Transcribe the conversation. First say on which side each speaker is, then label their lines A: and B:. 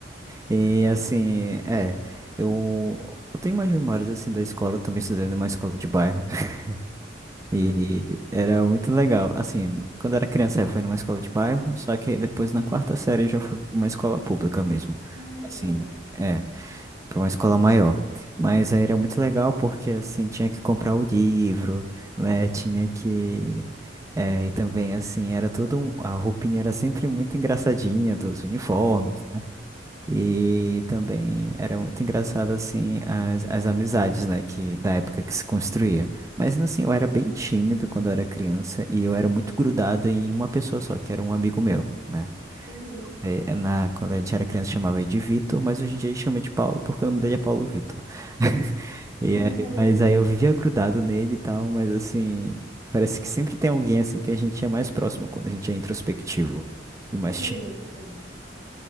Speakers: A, on the right; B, on the right.
A: Tipo,
B: E assim, é, eu, eu tenho mais memórias assim da escola, eu também estudei numa escola de bairro. <laughs> E era muito legal. Assim, quando eu era criança eu fui numa escola de bairro, só que aí depois na quarta série eu já fui pra uma escola pública mesmo.
A: ai,
B: Assim,
A: já mudou.
B: é, pra uma escola maior. Mas aí era muito legal porque assim, tinha que comprar o livro, né? Tinha que. É, e também assim, era tudo um- a roupinha era sempre muito engraçadinha dos uniformes. E também era muito engraçado, assim, as, as amizades, né, que da época que se construía. Mas, assim, eu era bem tímido quando eu era criança e eu era muito grudado em uma pessoa só, que era um amigo meu, né?
A: Uhum.
B: Eh, na, quando a gente era criança chamava ele de Vitor, mas hoje em dia ele chama de Paulo porque o nome dele é Paulo Vitor. <laughs> E
A: <laughs>
B: aí- mas aí eu vivia grudado nele e tal, mas, assim, parece que sempre tem alguém, assim, que a gente é mais próximo quando a gente é introspectivo e mais
A: Sim,
B: tímido.
A: sim.